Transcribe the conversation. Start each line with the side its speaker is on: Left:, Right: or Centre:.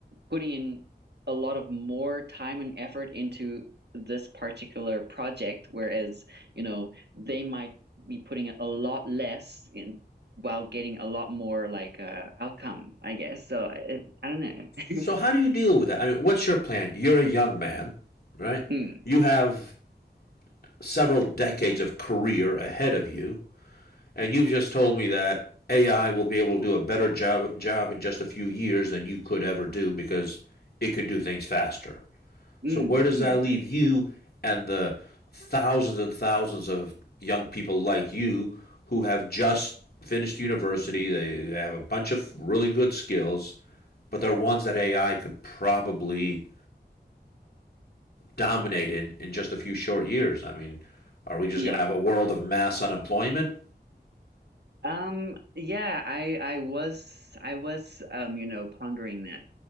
Right: putting in a lot of more time and effort into this particular project, whereas, you know, they might be putting a lot less in while getting a lot more like uh outcome, I guess. So I, I don't know.
Left: So,
Right: <laughs>
Left: how do you deal with that? I mean, what's your plan? You're a young man, right?
Right: Mm,
Left: You have several decades of career ahead of you. And you've just told me that AI will be able to do a better job job in just a few years than you could ever do because it can do things faster.
Right: mm,
Left: So where does
Right: mm.
Left: that leave you and the thousands and thousands of young people like you who have just finished university, they, they have a bunch of really good skills, but they're ones that AI could probably dominate in in just a few short years. I mean, are we just
Right: Yeah.
Left: going to have a world of mass unemployment?
Right: Um, yeah, I I was I was um, you know, pondering that.